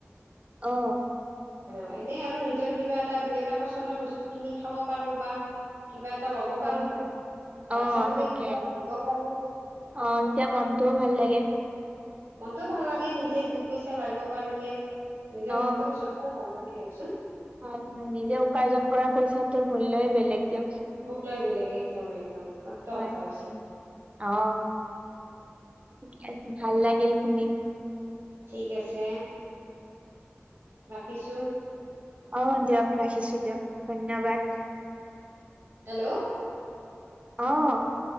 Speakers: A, on the right (about 25°); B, on the right (about 65°).
A: অ
B: অ এনেই আৰু নিজৰ কিবা এটা দুই এটা পচন্দৰ বস্তু কিনি খাব পাৰো বা কিবা এটা ল'ব
A: হয়
B: পাৰো
A: হয়।
B: বাচ্ছাটোকে
A: অ তাকে
B: কিবা এটা দিব পাৰো
A: অ তেতিয়া মনটোও ভাল লাগে
B: মনটো ভাল লাগে নিজে দুই পইচা লাৰিব পাৰিলে নিজৰ
A: অ
B: মনটো চব ভাল লাগে দিয়কচুন
A: হয় হয় নিজে উপাৰ্জন কৰা পইচাটোৰ মূলয়ই বেলেগ দিয়ক
B: মোৰটাই বেলেগে একদম একদম সত্ত
A: হয়
B: কথা
A: হয়
B: হৈছে
A: অ ঠিক আছে ভাল লাগিল শুনি
B: ঠিক আছে ৰাখিছোঁ
A: অ দিয়ক ৰাখিছো দিয়ক ধন্যবাদ
B: হেল্ল'
A: অ